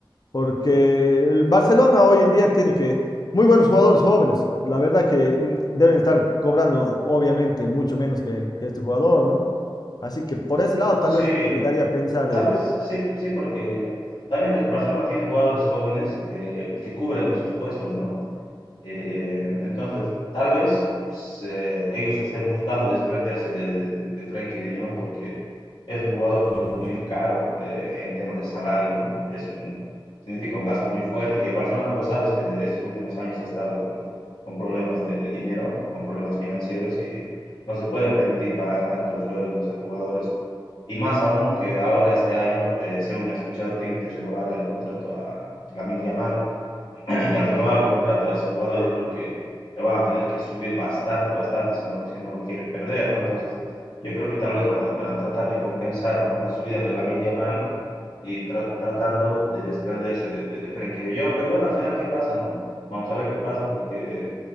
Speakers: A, on the left (about 50°); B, on the left (about 70°).
A: porque el Barcelona hoy en día tiene que muy buenos jugadores jóvenes. La verdad que in- deben estar cobrando obviamente mucho menos que, que este jugador, ¿no? Así que por ese lado tal
B: Sí,
A: vez me daría a pensar.
B: tal
A: eh.
B: vez sí, sí, porque también el Barcelona tiene jugadores jóvenes eh, que cubren esos puestos, ¿no? Eh, entonces, tal vez se- ellos estén buscando desprenderse de, de, de Frenkie de Jong porque es un jugador muy, muy caro eh, en tema de salario, ¿no? Es un, significa un gasto muy fuerte. Y el Barcelona, vos sabes que estos últimos años ha estado con, con problemas de, de dinero, con problemas financieros y no se pueden permitir pagar tantos sueldos a jugadores. Y más aún que ahora este año, eh, según he escuchado, tienen que renovarle el contrato a Lamine Yamal <laughs> y al renovar el contrato a ese jugador, yo creo que le van a tener que subir bastante, bastante, si no, si no lo quieren perder, ¿no? Entonces, yo creo que tal vez van a, van a tratar de compensar, ¿no? La subida de Lamin Yamal y tra tratando de desprenderse de, de, de, Frankie de Jong, pero bueno, al final, ¿qué pasa, no? Vamos a ver qué pasa, porque